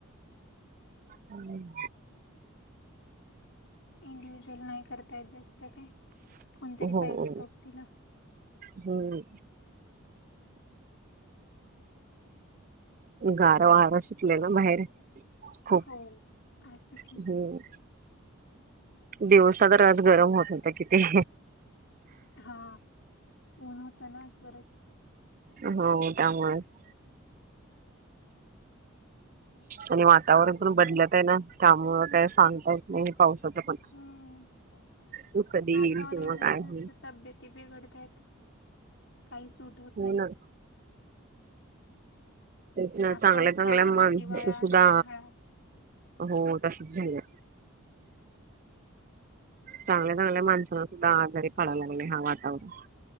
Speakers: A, on the right; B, on the left.
A: <inaudible> हम्.
B: इंडिव्हिड्युअल नाही करता येत जास्त काय, कोणतरी
A: हो
B: पाहिजे सोबतिला.
A: हम्म गारं वार सुटलाययं ना बाहेर खूप
B: हो आज सुटलंयं
A: हम्म दिवसा तर आज गरम होत होत किती
B: हा ऊन होत ना बरच
A: हा त्यामुळेच
B: <unintelligible>
A: आणि वातावरण पण बदलत आहे ना त्यामुळ काय सांगता नाही पावसाच पण
B: हम्म
A: तो कधी
B: वातावरण
A: येईल किंवा
B: बदलत
A: काय होईल
B: तब्येत बेघडतायत काही सूट होत
A: हो
B: नाही
A: ना तेच ना चांगल्या
B: पावसाळा
A: चांगल्या माणसं
B: ना हिवाळा
A: सुद्धा
B: ना उन्हाळा
A: हो तसच झालंय चांगल्या चांगल्या माणसांना सुद्धा आजारी पडायला लागलय हा वातावरण